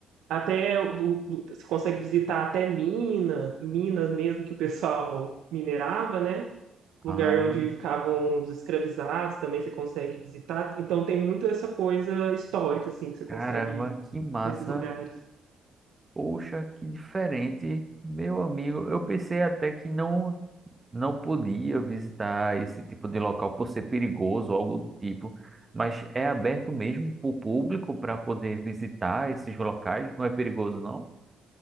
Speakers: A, on the right; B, on the right.
A: até o- o- você consegue visitar até Minas, Minas mesmo que o pessoal minerava, né? Lugar
B: Ah,
A: onde ficavam os escravizados, também você consegue visitar. Então tem muito essa coisa histórica assim que você
B: caramba,
A: consegue ir
B: que massa.
A: nesses lugares.
B: Poxa, que diferente. Meu amigo, eu pensei até que não não podia visitar esse tipo de local por ser perigoso, algo do tipo, mas é aberto mesmo para o público para poder visitar esses locais? Não é perigoso, não?